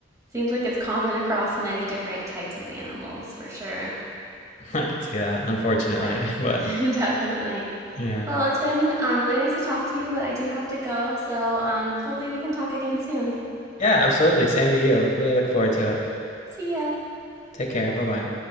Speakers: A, on the right; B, on the left.
A: seems like it's common across many different types of animals for sure.
B: <laughs> I can see that, unfortunately.
A: Yeah,
B: <laughs> But
A: <laughs> definitely.
B: yeah.
A: Well, it's been um, really nice to talk to you, but I do have to go. So um, hopefully we can talk again soon.
B: Yeah, absolutely. Same to you. Really look forward to it.
A: See ya.
B: Take care. Bye bye.